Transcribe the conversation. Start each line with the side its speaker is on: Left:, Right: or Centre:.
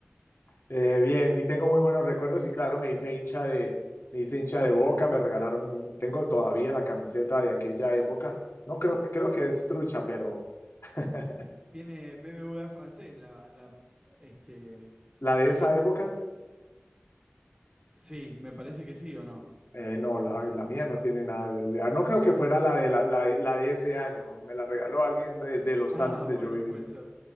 Left: Eh, bien, y tengo muy buenos recuerdos y claro, me hice hincha de, me hice hincha de Boca, me regalaron, tengo todavía la camiseta de aquella época. No creo, creo que es trucha, pero <laughs>
Right: tiene BBVA francés, la, la, este,
Left: la
Right: seguramente.
Left: de esa época,
Right: Sí, me parece que sí o no.
Left: eh, no, la, la mía no tiene nada de BBVA. No creo que fuera la de, la, la de, la de ese año, me la regaló alguien de, del hostal
Right: Ah,
Left: donde
Right: bueno,
Left: yo vivía.
Right: puede ser.